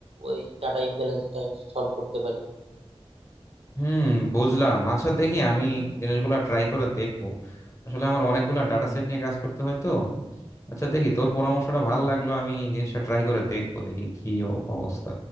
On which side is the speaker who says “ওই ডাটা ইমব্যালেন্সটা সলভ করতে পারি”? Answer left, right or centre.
Right